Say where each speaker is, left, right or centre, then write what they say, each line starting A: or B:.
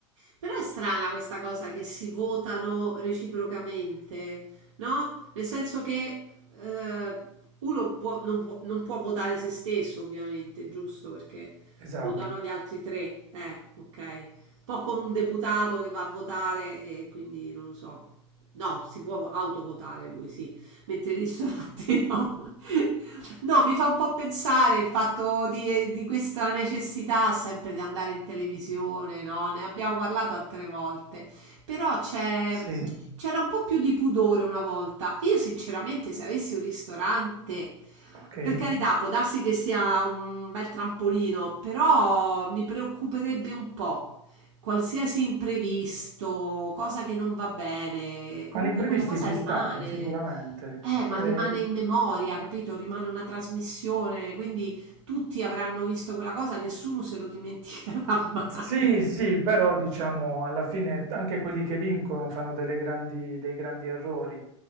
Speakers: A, on the right (about 70°); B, on the right (about 55°).
A: Però è strana questa cosa che si votano reciprocamente, no? Nel senso che eh, uno può- non può, non può votare se stesso, ovviamente, giusto? Perché
B: Esatto.
A: votano gli altri tre, eh, ok. Un po' come un deputato che va a votare e quindi non lo so. No, si può autovotare lui, sì mentre i ristoranti <laughs> no. No, mi fa un po' pensare il fatto di, di questa necessità sempre di andare in televisione, no? Ne abbiamo parlato altre volte, però c'è,
B: Sì,
A: c'era un po' più di pudore una volta. Io sinceramente se avessi un ristorante,
B: ok.
A: per carità, può darsi che sia un bel trampolino, però mi preoccuperebbe un po'. Qualsiasi imprevisto, cosa che non va bene, comunque
B: Ma gli imprevisti
A: quella cosa
B: ci
A: rimane.
B: stanno sicuramente.
A: Eh, ma
B: Eh,
A: rimane in memoria, capito? Rimane una trasmissione, quindi tutti avranno visto quella cosa, nessuno se lo dimenticherà <laughs> mai.
B: Sì, sì, però diciamo alla fine anche quelli che vincono fanno delle grandi- dei grandi errori.